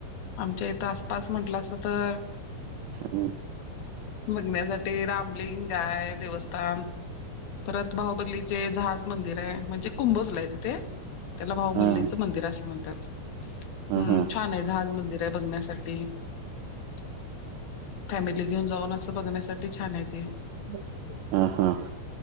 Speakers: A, on the left; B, on the right.
A: आमच्या इथं आसपास म्हंटलं असत तर.
B: ह
A: बघण्यासाठी राम. गाय देवस्थान परत भाऊबरली. जे जहाज मंदिर आहे म्हणजे कुंभजला आहे तिथे त्याला भाहुमल्लीचं
B: ह
A: मंदिर असं म्हणतात. हम्म
B: ह ह
A: छान आहे जहाज मंदिर आहे बघण्यासाठी. <inaudible> फॅमिली घेऊन जाऊन असं बघण्यासाठी छान आहे ते.
B: <inaudible> हा हा